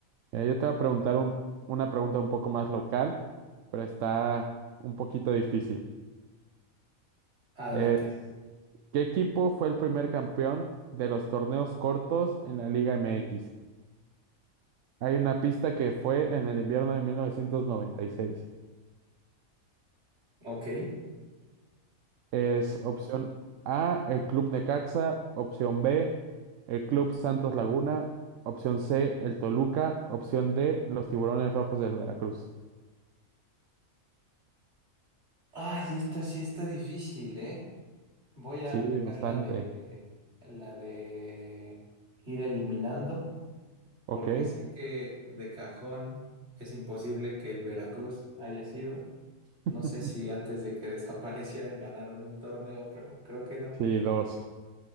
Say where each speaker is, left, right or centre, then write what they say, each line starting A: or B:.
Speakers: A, on the right; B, on the right.
A: Mira, yo te voy a preguntar un- una pregunta un poco más local, pero está un poquito difícil.
B: Adelante.
A: Es, ¿qué equipo fue el primer campeón de los torneos cortos en la Liga MX? Hay una pista que fue en el invierno de 1996.
B: Ok. Eh,
A: Es opción A, el Club Necaxa, opción B, el Club Santos Laguna, opción C, el Toluca, opción D, los Tiburones Rojos del Veracruz.
B: Ay, esta sí está difícil, ¿eh? Voy a
A: Sí,
B: aplicar
A: bastante.
B: la de la de ir eliminando,
A: Ok.
B: porque sé que de cajón es imposible que el Veracruz haya sido. No
A: <laughs>
B: sé si antes de que <laughs> desaparecieran ganaron un torneo, pero creo que no.
A: Sí, dos.